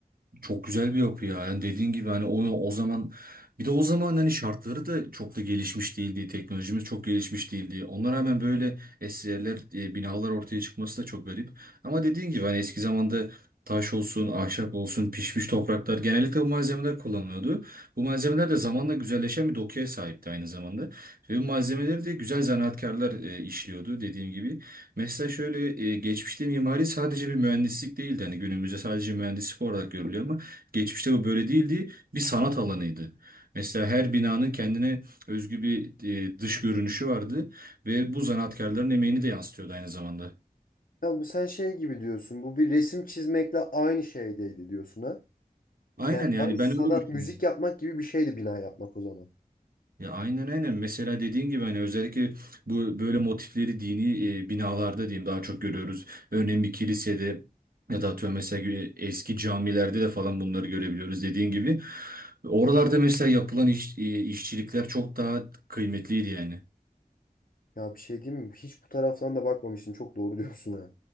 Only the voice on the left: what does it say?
Ya bu sen şey gibi diyorsun. Bu bir resim çizmekle aynı şey değil diyorsun ha?
Yani
abi sanat,
müzik yapmak gibi bir şeydi bina yapmak o zaman.
Ya bir şey diyeyim mi? Hiç bu taraftan da bakmamıştım. Çok doğru <laughs> diyorsun ha.